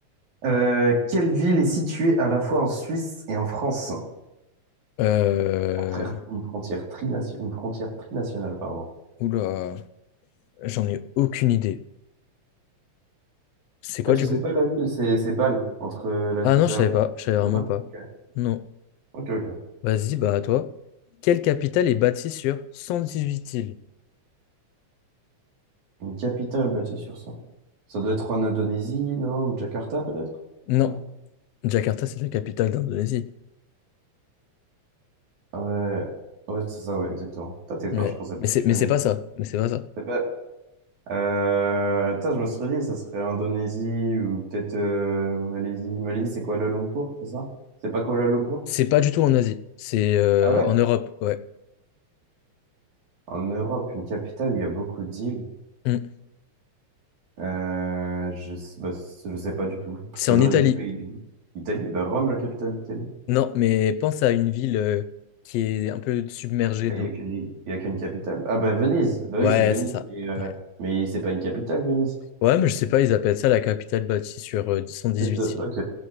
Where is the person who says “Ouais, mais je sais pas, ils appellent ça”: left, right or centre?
Left